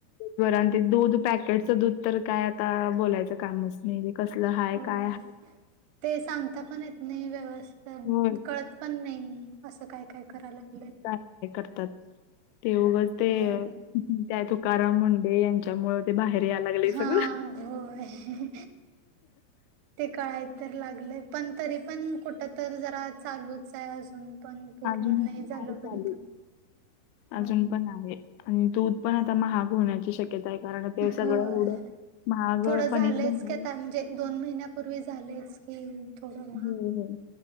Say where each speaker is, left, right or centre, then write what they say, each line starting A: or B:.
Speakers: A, on the left (about 85°); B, on the right (about 85°).
A: बरं आणि ते दूध पॅकेटचं दूध तर काय आता बोलायचं काम असत. नाही तेे कसलं हाय
B: होय.
A: काय ह.
B: ते सांगता पण येत नाही व्यवस्थ
A: होय
B: कळत पण नाही. असं काय काय करायला लागलं.
A: हे करतात ते उघच ते
B: होय
A: तुकाराम मुंडे यांच्या. च्यामुळे ते बाहेर या लागले सगळं.
B: हा होय. ते कळाय तर लागले पण तरी पण कुठ तर जरा चालूच आहे अजून. पण पूर्ण
A: अजून
B: नाही
A: पण
B: झालं
A: हाय चालू
B: पण हो.
A: अजून आहे आणि दूध पण आता महाग होण्याची शक्य. आहे कारण ते सगळं
B: होय
A: उढं महाग
B: थोडं
A: पनीर
B: झालंयच
A: बनल.
B: की आता म्हणजे दोन महिन्यापूर्वी झालेच की थोड मग
A: होय होय